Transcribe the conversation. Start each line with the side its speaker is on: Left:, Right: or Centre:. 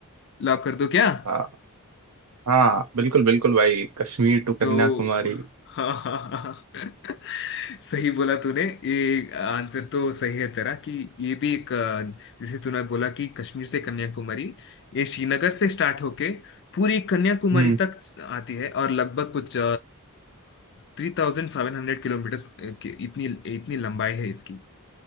Left: लॉक कर दो क्या
Right: हाँ। हाँ बिल्कुल बिल्कुल भाई कश्मीर टू कन्याकुमारी
Left: तो <laughs> हाँ हाँ हाँ हाँ। सही बोला तूने ये आंसर तो सही है तेरा कि ये भी एक अ, जैसे तूने बोला कि कश्मीर से कन्याकुमारी ये श्रीनगर से स्टार्ट होके पूरी कन्याकुमारी
Right: हम्म
Left: तक आती है और लगभग कुछ थ्री थाउजेंड सेवन हंड्रेड किलोमीटर की इतनी इतनी लंबाई है इसकी